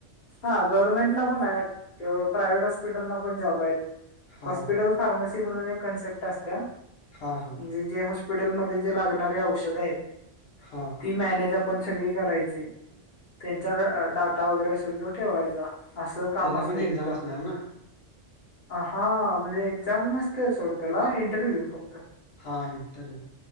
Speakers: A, on the left; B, on the left.
A: हा गव्हर्नमेंटला पण आहे, प्रायव्हेट हॉस्पिटलला पण जॉब आहेत.
B: हा
A: हॉस्पिटल फार्मसी म्हणून एक कन्सेप्ट असतया,
B: हा हा
A: म्हणजे जे हॉस्पिटल मध्ये जे लागणारे औषध आहेत,
B: हा
A: ती मॅनेज आपण पण सगळी करायची त्यांचा डाटा वगैरे असेल तो ठेवायचा. असं काम
B: त्याला
A: असतं
B: पण एक्झाम
A: तिथं.
B: असणार ना
A: हा म्हणजे एक्झाम नसते सोड त्याला इंटरव्ह्यू फक्त
B: हां इंटरव्ह्यू